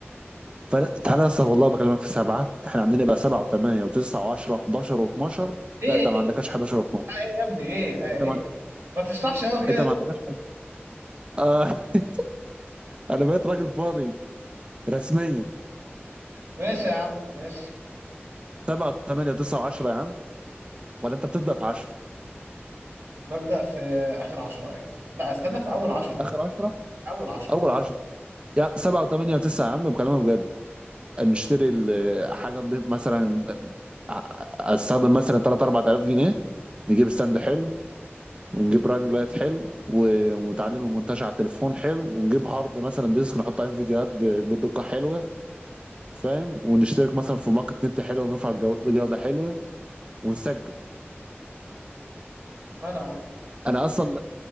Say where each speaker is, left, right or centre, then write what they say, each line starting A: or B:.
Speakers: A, on the right; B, on the right.
A: فأنا- تعالى لسه والله بكلمك في سبعه احنا عندنا بقى سبعه وثمانيه وتسعه و10 و11 و12
B: ايه ايه
A: لا انت ما عندكش 11 و12
B: ايه يا ابني ايه ايه,
A: انت ما
B: إيه؟
A: عند-
B: ما تشرحش قوي كده
A: انت ما عندكش حد... اه <laughs> انا بقيت راجل فاضي رسميا
B: ماشي يا عم ماشي
A: سبعه وثمانيه وتسعه و10 يا عم ولا انت بتبدا في 10
B: ببدأ في آخر عشرة أيوة لا استنى في أول عشرة
A: اخر 10
B: أول عشرة
A: اول 10 يا سبعه وثمانيه وتسعه يا عم بكلمك بجد نشتري ال- حاجه نضيف مثلا ا- ا- استخدم مثلا 3 4000 جنيه نجيب ستاند حلو ونجيب رانج لايت حلو و- ونتعلم المونتاج على التليفون حلو ونجيب هارد مثلا ديسك نحط عليه فيديوهات ب- بدقة حلوة فاهم ونشترك مثلا في باقة نت حلوة ونرفع الجو- الجودة حلوة ونسجل
B: ماله يا عم
A: انا اصلا